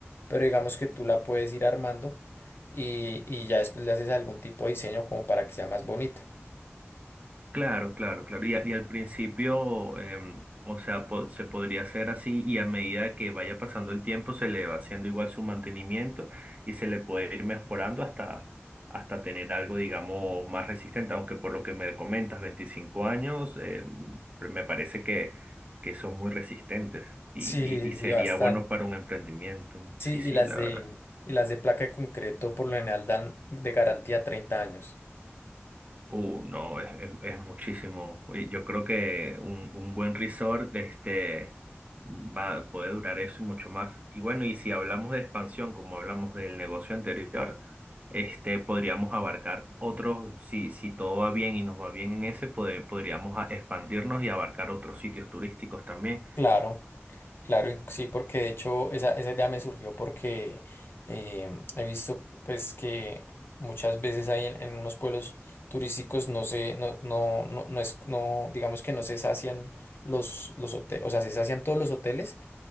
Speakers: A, on the left (about 55°); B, on the right (about 30°).
A: pero digamos que tú la puedes ir armando y, y ya después le haces algún tipo de diseño como para que sea más bonita.
B: Claro, claro, claro. Y, a- y al principio, em, o sea, po- se podría hacer así y a medida que vaya pasando el tiempo se le va haciendo igual su mantenimiento y se le puede ir mejorando hasta, hasta tener algo, digamos, más resistente, aunque por lo que me comentas, 25 años, em, me parece que, que son muy resistentes y,
A: Sí,
B: y, y sería
A: sí, bastante.
B: bueno para un emprendimiento.
A: Sí,
B: Sí, sí,
A: y las
B: la
A: de,
B: verdad.
A: y las de placa de concreto por lo general dan de garantía 30 años.
B: Uh, no, es, es, es muchísimo. Y Yo creo que un, un buen resort este, va, puede durar eso y mucho más. Y bueno, y si hablamos de expansión, como hablamos del negocio anterior, este, podríamos abarcar otros, si, si todo va bien y nos va bien en ese, poder podríamos a- expandirnos y abarcar otros sitios turísticos también.
A: Claro, claro, in- sí, porque de hecho esa, esa idea me surgió porque eh, he visto pues que muchas veces hay en, en unos pueblos turísticos no se, no, no, no, no es, no, digamos que no se sacian los, los hoteles, o sea, se sacian todos los hoteles,